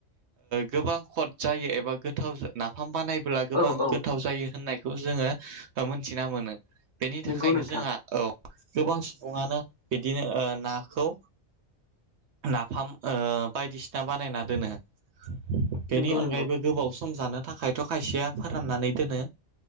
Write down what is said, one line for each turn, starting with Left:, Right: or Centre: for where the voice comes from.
Right: गोबां खद जायो एबा गोथाव नाफाम बानाय होनब्ला गोबां
Left: औ औ
Right: गोथाव जायो होननायखौ जोङो मोनथिना मोनो बेनि
Left: नंगौ
Right: थाखायनो
Left: नोंथां
Right: जोंहा गोबां सुबुङानो बिदिनो नाखौ नाफाम बायदिसिना बानायना दोनो बेनि
Left: नंगौ
Right: अनगायैबो
Left: नंगौ
Right: गोबाव सम जानो थाखायथ' खायसेया फोराननानै दोनो